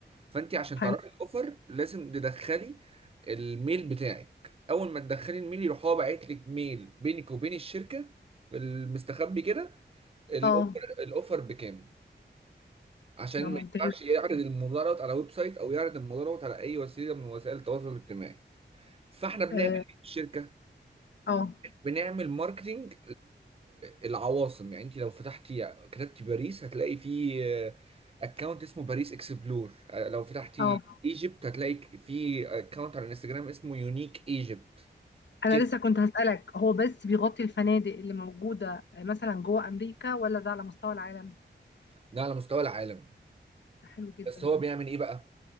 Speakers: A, on the right (about 30°); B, on the left (about 70°).
A: فانت عشان
B: حلو
A: تعرفي الاوفر لازم تدخلي الميل بتاعك اول ما تدخلي الميل يروح هو باعت لك ميل بينك وبين الشركه في المستخبي كده الاوفر
B: اه
A: الاوفر بكام عشان
B: ده
A: ما
B: ممتاز
A: ينفعش يعرض الموضوع دوت على ويب سايت او يعرض الموضوع دوت على اي وسيله من وسائل التواصل الاجتماعي فاحنا بنعمل
B: اه
A: ايه في الشركه
B: اه
A: بنعمل ماركتينج للعواصم يعني انت لو فتحتي كتبتي باريس هتلاقي في اكونت اسمه باريس اكسبلور آه، لو فتحتي
B: آه.
A: ايجيبت هتلاقي في اكونت على الانستجرام اسمه يونيك ايجيبت
B: انا
A: كده
B: لسه كنت هسألك هو بس بيغطي الفنادق اللي موجودة آه، مثلا جوه امريكا ولا ده على مستوى العالم
A: ده على مستوى العالم
B: ده حلو جدا
A: بس هو
B: ده
A: بيعمل ايه بقى